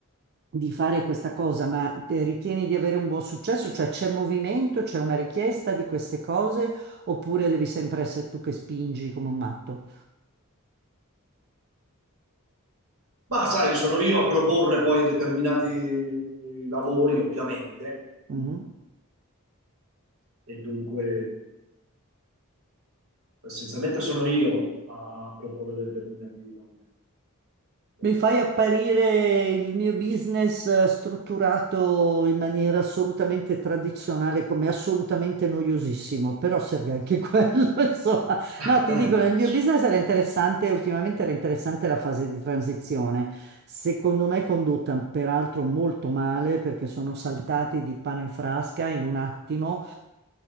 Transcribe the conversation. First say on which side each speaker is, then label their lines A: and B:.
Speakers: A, on the right (about 50°); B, on the right (about 80°).
A: di fare questa cosa, ma te ritieni di avere un buon successo? Cioè c'è movimento, c'è una richiesta di queste cose, oppure devi sempre essere tu che spingi come un matto?
B: Ma sai, sono io a proporre poi determinati lavori, ovviamente,
A: Mhm.
B: Mm. e dunque essenzialmente sono io a proporre determinati lavori.
A: Mi
B: Eh,
A: fai apparire il mio business eh, strutturato in maniera assolutamente tradizionale come assolutamente noiosissimo, però serve anche <laughs> quello, insomma.
B: <laughs>
A: No, ti dico, nel mio business era interessante, ultimamente era interessante la fase di transizione. Secondo me condotta peraltro molto male perché sono saltati di pane in frasca in un attimo